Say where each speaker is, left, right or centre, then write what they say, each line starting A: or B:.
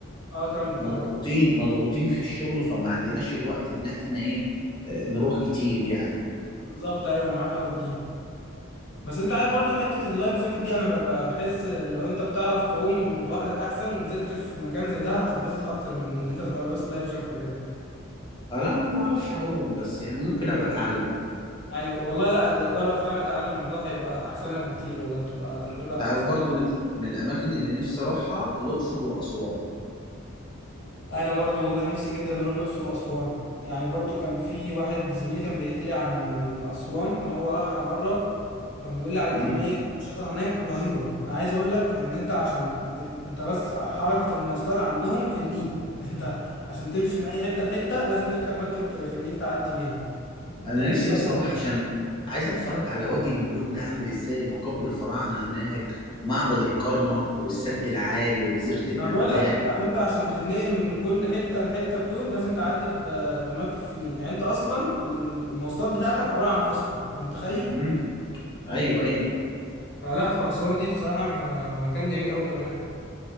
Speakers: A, on the left (about 55°); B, on the left (about 20°).
A: اه كمل كمل
B: مضغوطين مضغوطين في الشغل فما عندناش الوقت ان احنا ايه آه، نروح كتير يعني
A: بالظبط ايوه انا معاك قوي في دي بس انت عارف برضو حته اللايف جاكيت دي انا ب... ب- بحس لو انت بتعرف تعوم لوحدك احسن ونزلت في مكان زي ده هتتبسط اكتر من ان انت تبقى لابس لايف جاكيت وكده
B: آه، لا ما بعرفش اعوم بس يعني ممكن ابقى اتعلم
A: ايوه والله لا جرب فعلا اتعلم الموضوع هيبقى احسن لك بكتير والله تبقى تجربه
B: انت عارف
A: احسن
B: برضو من من الاماكن اللي نفسي اروحها الاقصر واسوان
A: انا برضو والله نفسي جدا اروح الاقصر واسوان يعني برضو كان في واحد زميلي كان بيحكي لي عن اسوان ان هو راحها مره كان بيقول لي على
B: مم.
A: كميه انشطه هناك رهيبه انا عايز اقول لك ان انت عشان ت... انت بس حركه المواصلات عندهم في النيل <laughs> انت عشان تمشي من اي حته لحته لازم تركب مركب ت- في النيل تعدي بيها انت
B: انا
A: متخيل
B: نفسي بس اروح عشان عايز اتفرج على وادي الملوك ده عامل ازاي مقابر الفراعنة هناك معبد الكرنك والسد العالي وجزيرة النباتات
A: انا بقول لك يعني انت عشان تتنقل من كل حته لحته في دول لازم تعدي ب... بمركب في النيل يعني انت اصلا المواصلات بتاعتك عباره عن فسحه انت متخيل
B: مم. ايوه ايوه
A: فلا فأسوان دي بصراحة م- مكان جميل أوي بأمانة